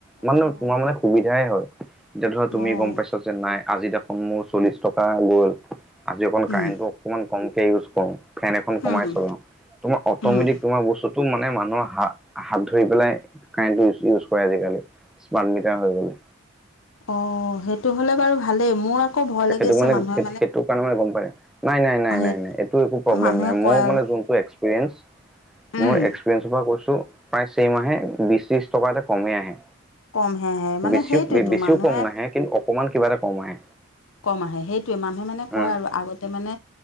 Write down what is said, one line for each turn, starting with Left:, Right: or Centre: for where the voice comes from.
Centre: মানে
Left: অঁ
Centre: তোমাৰ মানে সুবিধাই হয়। এতিয়া ধৰা তুমি
Left: অঁ
Centre: গম পাইছা যে নাই আজি দেখোন মোৰ চল্লিশ টকা গ'ল আজি অকন
Left: উম
Centre: কাৰেণ্টটো অকমান কমকে ইউজ কৰোঁ, ফেন এখন কমাই
Left: উম
Centre: চলাও তোমাৰ অটমেটিক
Left: উম
Centre: তোমাৰ বস্তু টো মানে মানুহৰ হা হাত ধৰি পেলাই কাৰেণ্টটো ই ইউজ কৰে আজিকালি। স্মাৰ্টমিটাৰ হৈ গ'ল।
Left: অঁ সেইটো হ'লে বাৰু ভালেই মোৰ আকৌ ভয়
Centre: সেইটো
Left: লাগি আছে
Centre: মানে
Left: মানুহে
Centre: সেই সেইটো কাৰণে মানে গম পায়। নাই নাই
Left: সেই
Centre: নাই নাই নাই এইটো একো প্ৰব্লেম
Left: মানুহে
Centre: নাই
Left: কয়
Centre: মোৰ
Left: আৰু
Centre: মানে যোনটো এক্সপ্ৰীয়েন্স
Left: উম
Centre: মোৰ এক্স ডিফেন্স পৰা কৈছোঁ প্ৰায় চেইমাহে বিশ ত্ৰিশ টকা এটা কমেই আহে।
Left: কমহে আহে মানে
Centre: বেছিও
Left: সেইটোৱেতো
Centre: বেছিও
Left: মানুহে
Centre: কম নাহে কিন্তু অকমান কিবা এটা কম আহে।
Left: কম আহে সেইটোৱে মানুহে মানে কয়
Centre: উম
Left: আৰু আগতে মানে